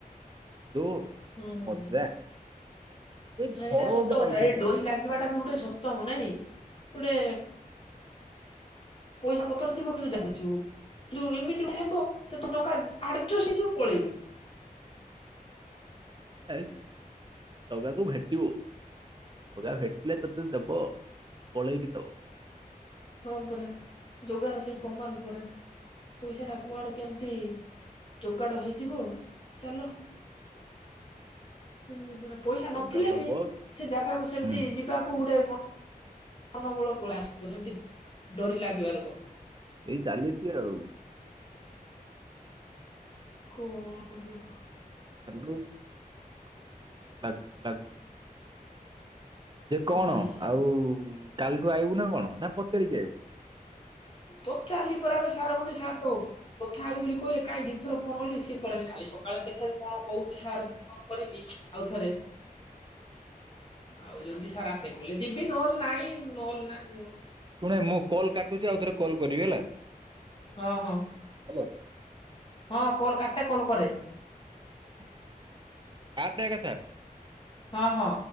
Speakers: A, on the right (about 30°); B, on the left (about 35°).
A: ଯଉ
B: ହୁଁ ହୁଁ।
A: ମଜା। ଏଇ
B: ନା ଏଇଟା
A: ଘର
B: ସତ
A: ଗୋଟେ
B: କଥା
A: ପାଇଥିଲୁ
B: ଏଇ
A: ରେ
B: ଡୋରି ଲାଗିବାଟା ବି ଗୋଟେ ସତ ମଁ ନାଇଁ ଗୁଟେ ପଇସା ପତର ଥିବ କିନ୍ତୁ ଜାଣିଥିବୁ! କିନ୍ତୁ ଏମିତି ଭାବ ସେତେ ଟଙ୍କା ଆଡ଼ରେ ଯଉ ସେ ଯଉ ପଲେଇମୁଁ।
A: ଯାଇକି ଦଗାକୁ ଭେଟିବୁ। ଆଉ ଜଗା ଭେଟିଲେ ତତେ ଦବ। କଳେଇକି ଦବ
B: ହଁ ପରା! ଜଗା ର ସେଇ କମାଲ୍ ପରା। ପଇସା ଟା କୁଆଡୁ କେମତି? ଯୋଗାଡ ହେଇଯିବ ଚାଲ। <unintelligible> ପରା ପଇସା
A: ଜଗା
B: ନଥିଲେବି!
A: ଦବ
B: ସେ ଜାଗାକୁ ସେମିତି
A: ହୁଁ
B: ଯିବାକୁ ଉଡେ ମ ଅନୂକୁଳ ପୁଳା ଆସିବ। ହେମତି ଡୋରି ଲାଗିବା ରକମ।
A: ଏଇ ଚାଲିଛି ଆଉ।
B: କଁ କରିବ?
A: ଚାଲୁ କେତେ ଦିନରେ ଲାଗୁଛି ଲାଗୁ। ଯେ କଣ,
B: ହୁଁ
A: ଆଉ କାଲିଠୁ ଆଇବୁ ନା କଣ ନା ପଚାରିକି ଆଇବୁ?
B: ପଚାରିଲି ପରା ଏବେ ସାର୍ ଙ୍କୁ, ଯେ ସାର୍ ତ କଥା ହେବି ବୋଲି କହିଲେ, କାହିଁ ଦିଇଥର ଫୋନ କଲେ ରିସିଭ୍ କଲେନି କାଲି। ସକାଳେ ଦେଖା କଣ କହୁଛି ସାର୍ କଣ କରିବି ଆଉଥରେ? ଆଉ ଯଦି ସାର୍ ଆସେ କହିଲେ, ଯିବି ନହଲେ ନାହିଁ ନହଲେ ନାଇଁ ନ
A: ଶୁଣେ, ମୁଁ କଲ୍ କାଟୁଛି। ଆଉ ଥରେ କଲ୍ କରିବି ହେଲା।
B: ହଁ ହଁ।
A: ହ୍ୟାଲୋ।
B: ହଁ କଲ୍ କାଟେ। କଲ୍ କରେ।
A: ଉହୁଁ! ଆପକେ କଥା।
B: ହଁ ହଁ।